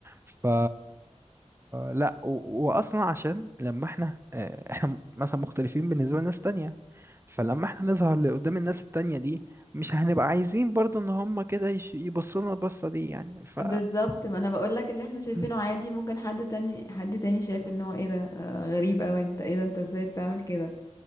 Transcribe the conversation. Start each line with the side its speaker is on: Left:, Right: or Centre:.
Right: ف لا و... وأصلا عشان لما احنا آه، احنا مثلا مختلفين بالنسبة لناس تانية فلما احنا نظهر لقدام الناس التانية دي مش هنبقى عايزين برضو ان هما كده يش... يبصوا لنا البصة دي يعني ف
Left: بالظبط ما انا بقول لك اللي احنا شايفينه
Right: م.
Left: عادي ممكن حد تاني حد تاني شايف ان هو ايه ده آه غريب اوي انت ايه ده انت ازاي بتعمل كده